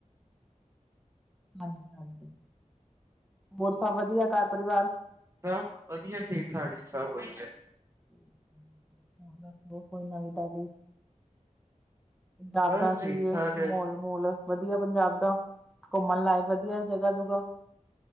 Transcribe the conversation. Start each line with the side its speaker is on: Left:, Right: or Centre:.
Centre: ਹਾਂਜੀ-ਹਾਂਜੀ ਹੋਰ ਸਭ ਵਦੀਆ ਘਰ ਪਰਿਵਾਰ।
Right: ਸਭ ਵਦੀਆ ਠੀਕ ਠਾਕ ਜੀ ਸਭ ਵਦੀਆ।
Centre: ਹੋਰ ਦਸਦੇ ਕੋਈ ਨਵੀਂ ਤਾਜੀ ਪੰਜਾਬ
Right: ਬਸ
Centre: ਦਾ ਕੀ
Right: ਠੀਕ ਠਾਕ
Centre: ਇਹ,
Right: ਹੈ
Centre: ਮਾਹੋਲ ਮੋਲ ਵਦੀਆ ਪੰਜਾਬ ਦਾ, ਘੁੰਮਣ ਲਾਇਕ ਵਦੀਆ ਇਹ ਜਗ੍ਹਾ-ਜੁਗਾ